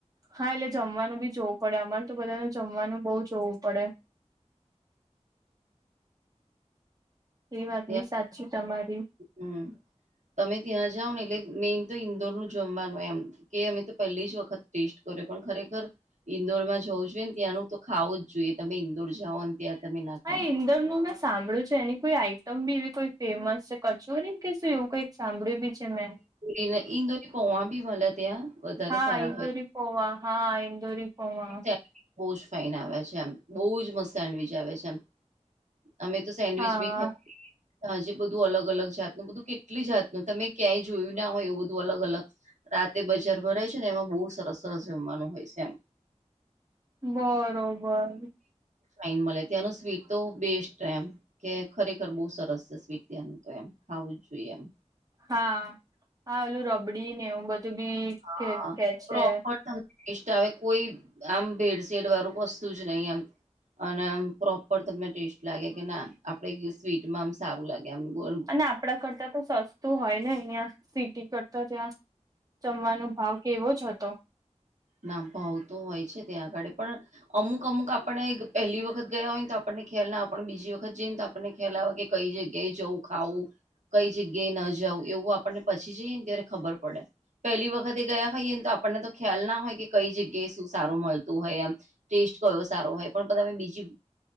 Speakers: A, on the right; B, on the right.
A: હા એટલે જમવાનું બી જોવું પડે અમારે તો બધાને જમવાનું બહુ જોવું પડે. એ વાત
B: ત્યાં
A: બી સાચી તમારી
B: હમ તમે ત્યાં જાવ ને એટલે મેઈન તો ઇન્દોર નું જમવાનું એમ કે અમે તો પહેલી જ વખત ટેસ્ટ કર્યો પણ ખરેખર ઈન્દોર માં જવું જોઈએ ને ત્યાંનું તો ખાવું જ જોઈએ તમે ઈન્દોર જાઓ ક્યા તમે ના ખાવ
A: હા ઇંદોરનું મે સાંભળ્યું છે એની કોઈ આઈટમ બી એવી કોઈ ફેમસ છે કચોરી કે શું એવું કઈક સાંભળ્યું બી છે મે
B: ઇન ઇન્દોર ની પોવા ભી મલે ત્યાં વધારે
A: હા
B: સારા
A: ઇન્દોરી
B: હોય
A: પોવા હા ઇન્દોરી પોવા.
B: સેન્ડવીચ બહુ જ ફાઈન આવે છે એમ બહુજ મસ્ત સેન્ડવીચ આવે છે એમ અમે તો સેન્ડવીચ
A: હા
B: બી ખાઈ આજે બધું અલગ અલગ જાતનું બધું કેટલી જાતનું તમે ક્યાંય જોયું ના હોય એવું બધું અલગ અલગ રાતે બજાર ભરાય છે ને એમાં બહુ સરસ સરસ જમવાનું હોય છે એમ
A: બરોબર
B: ફાઇન મળે ત્યાંનું સ્વીટ તો બેસ્ટ એમ કે ખરેખર બહુ સરસ છે સ્વીટ ત્યાંનું તો એમ ખાવું જ જોઈએ એમ
A: હા હા ઓલું રબડી ને એવું બધું બી
B: હા
A: કે કે છે
B: પ્રોપર સ્વાદિષ્ટ આવે કોઈ આમ ભેળસેળ વાળું વસ્તુ જ નહી આમ. અને આમ પ્રોપર તમને ટેસ્ટ લાગે કે ના આપડે સ્વીટમાં આમ સારું લાગે <inaudible> <unintelligible> <inaudible>
A: અને આપણા કરતા તો સસ. સસ્તુ હોય ને અહિયાં સિટી કરતા ત્યાં જમવાનો ભાવ કેવો જ હતો
B: ના ભાવ તો હોય છે ત્યાં આગળ પણ અમુક અમુક આપણને પહેલી વખત ગયા હોય ને તો આપણને ખ્યાલ ના પણ બીજી વખત જઈએને આપણને ખ્યાલ આવે કે કઈ જગ્યાએ જવું ખાવું. કઈ જગ્યાએ ન જવું એવું આપણને પછી જઈએ ને ત્યારે ખબર પડે. પહેલી વખતે ગયા હોઈએને તો આપણને તો ખ્યાલ ના હોય કે કઈ જગ્યાએ શું સારું મળતું હોય એમ. ટેસ્ટ કયો સારો હોય પણ તમે બીજી